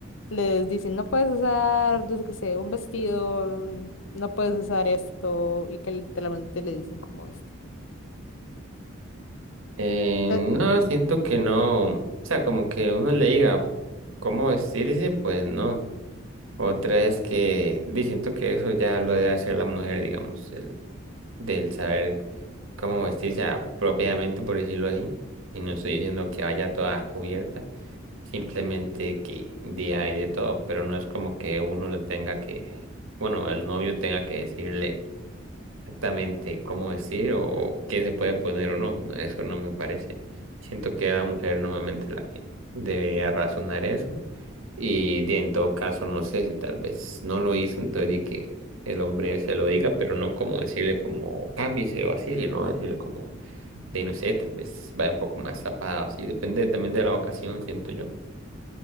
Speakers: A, on the left (about 70°); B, on the right (about 80°).
A: les dicen, no puedes usar, yo que sé, un vestido, no puedes usar esto, y que literalmente le dicen como esto.
B: Eh,
A: Eh,
B: no, siento que no. O sea, como que uno le diga cómo vestirse, pues no. Otra es que di, siento que eso ya lo debe hacer la mujer, digamos, el, del saber cómo vestirse apropiadamente, por decirlo así. Y no estoy diciendo que vaya toda cubierta, simplemente que día hay de todo, pero no es como que uno le tenga que, bueno, el novio tenga que decirle exactamente cómo decir o qué se puede poner o no. Eso no me parece. Siento que la mujer normalmente la que debería razonar eso. Y de, en todo caso, no sé si tal vez no lo hizo, entonces di que el hombre se lo diga, pero no como decirle como cámbiese o así, sino decirle como de no sé, tal vez va un poco más zapado, así depende también de la ocasión, siento yo.